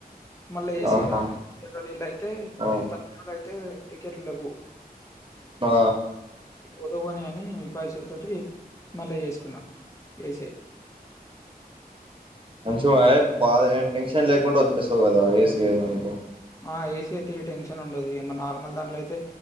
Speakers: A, on the left (about 20°); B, on the right (about 35°).
A: మళ్ళీ ఏసి
B: ఆహా!
A: నళ్ళ అయితే
B: ఆ!
A: తాత్కాల్ అయితే టికెట్ లేవు
B: ఆ
A: పోతే పోనీ అని పైసల తోటి మళ్ళీ చేస్త కున్నాం వేసే
B: చ బ లేకుండా వచ్చేస్తావు కదా ఏసీ ఏయితే
A: ఆ ఏసీ అయితే ఈ టెన్షన్ ఉండదు ఏ నార్మల్ దాంట్లో అయితే